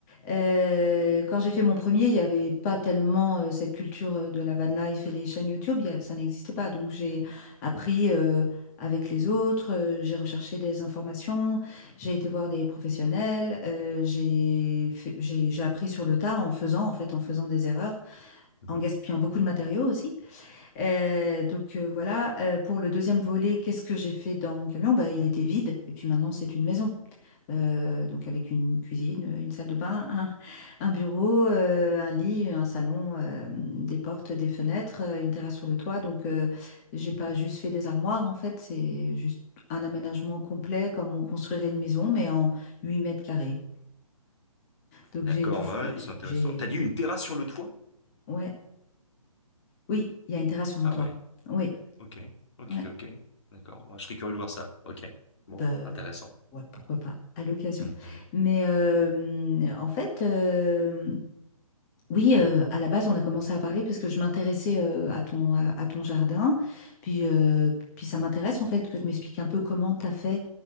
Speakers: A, on the left; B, on the left.
A: Euh, quand j'ai fait mon premier, il n'y avait pas tellement euh, cette culture euh, de la van life et les chaînes YouTube, il y a- ça n'existait pas. Donc j'ai appris euh, avec les autres, euh, j'ai recherché des informations, j'ai été voir des professionnels, euh, j'ai fait- j'ai j'ai appris sur le tas en faisant, en fait, en faisant des erreurs,
B: mhm.
A: en gaspillant beaucoup de matériaux aussi. Euh, donc euh, voilà, Euh, pour le deuxième volet, qu'est-ce que j'ai fait dans mon camion? Bah, il était vide et puis maintenant c'est une maison. Euh, donc avec une cuisine, une salle de bain, un, un bureau, euh, un lit, un salon, euh, des portes, des fenêtres, euh, une terrasse sur le toit. Donc euh, j'ai pas juste fait des armoires en fait, c'est juste un aménagement complet comme on construirait une maison mais en 8 mètres carrés. Donc
B: D'accord,
A: j'ai tout, f-
B: ouais, ouais, c'est intéressant.
A: j'ai,
B: T'as dit une terrasse sur le toit?
A: ouais, oui, il y a une terrasse sur
B: Ah
A: mon toit.
B: ouais.
A: Oui.
B: Ok, ok,
A: Ouais.
B: ok. D'accord. Je serais curieux de voir ça. Ok. Bon,
A: Bah, euh,
B: intéressant.
A: ouais, pourquoi pas, à l'occasion.
B: Mhm.
A: Mais euh, en fait, euh, oui, euh, à la base, on a commencé à parler parce que je m'intéressais euh, à ton, à, à ton jardin. Puis, euh, puis ça m'intéresse en fait que tu m'expliques un peu comment tu as fait